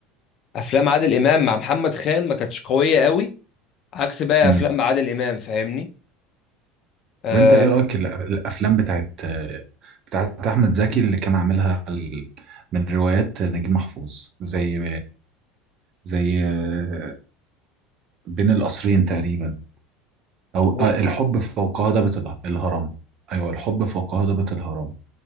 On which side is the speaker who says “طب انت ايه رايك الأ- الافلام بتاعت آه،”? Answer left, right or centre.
Right